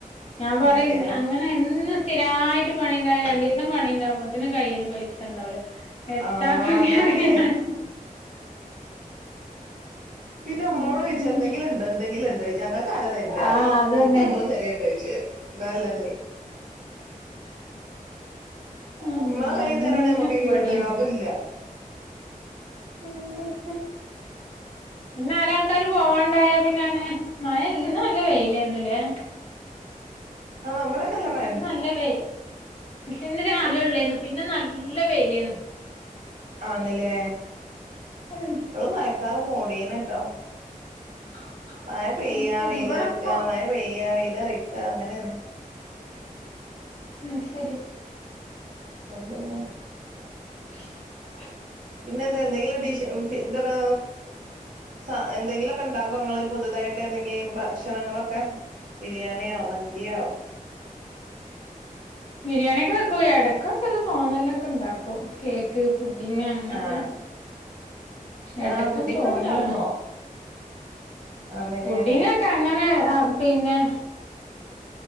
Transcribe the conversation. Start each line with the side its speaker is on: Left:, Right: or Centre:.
Left: ഞാൻ
Right: അങ്ങനെയൊക്കെയാണ്
Left: പറയെ അങ്ങനെ എന്ന് സ്ഥിരായിട്ട് പണി ഇണ്ടായ രണ്ടീസം പണി ഇണ്ടാവുമ്പോത്ത്ന് കയ്യില് പൈസ ഇണ്ടാവൂല. എത്താപ്പ
Right: ആഹ്
Left: ഇങ്ങനായാല്
Right: അതാണ് പിന്നെ
Left: ഉം
Right: അമ്മളോടൊയ്ച്ചാ എന്തെങ്കില്ണ്ടോ എന്തങ്കിലുണ്ടോയ്ച്ചാ ഞങ്ങക്കാര തര്ന്നെറയും
Left: ആഹ് അതന്നെ
Right: ഇൻക്ക് ഇങ്ങള്‌ തരേണ്ടോയ്ച് ന്നാല്ലന്നെ
Left: അല്ല
Right: നമ്മളെ കയ്യില്
Left: അങ്ങനെന്നെ
Right: തരാണെങ്കി നമ്മക്കെങ്കിലും
Left: ഇവടിം
Right: ഇട്ത്തക്കാ. അതു ഇല്ല. ഉം
Left: ഈ നാലാൾക്കാര് പോവാണ്ടായ പിന്നെ അങ്ങനെ മഴ ഇല്ല ഇന്ന് നല്ല വെയിലേന്നു ലെ
Right: ആണോ ഇവടക്ക നല്ല മ
Left: ഇന്ന് നല്ല വെയി ഇന്ന് രാവിലൊള്ളേന്നു. പിന്നെ നല്ല വെയിലേന്നു.
Right: ആണ്ലെ
Left: ഉം
Right: ഇപ്പളും മയക്കാറ് മൂടീണ് ട്ടോ.
Left: <unintelligible>
Right: മയ പെയ്യ
Left: അത് ശരി
Right: വെയിലറിക്ക
Left: ഇവിടെപ്പോ
Right: മഴ പെയ്യ വെയിലറിക്ക അങ്ങനന്നെ
Left: അഹ്ശരി.
Right: എന്ത പിന്നെ?
Left: <inaudible>
Right: പിന്നെന്താ എന്തെങ്കിലും ഡിഷ് ഉം ഇതൊക്കെ സ എന്തെങ്കിലൊക്കെ ഇണ്ടാക്കോ ഇങ്ങള് പുതുതായിട്ട്? എന്തെങ്കി ഭക്ഷണങ്ങളൊക്കെ ബിരിയാണിയോ? മന്തിയോ?
Left: ബിരിയാണിയൊക്കെ വെക്കും എടക്കക്കൊരു തോന്നൽനൊക്കെ ഇണ്ടാക്കും. കേക്ക്, പുഡിങ്, അങ്ങനെക്കെ.
Right: ആ
Left: എടക്കാണ്ട്
Right: ആ പുഡിങ്ങൊക്കെ
Left: തോന്നലാണ്.
Right: ഇണ്ടാക്കോ ആണ്ല്ലേ
Left: പുഡിങ്ങൊക്കെ അങ്ങനെ ആഹ് പിന്നെ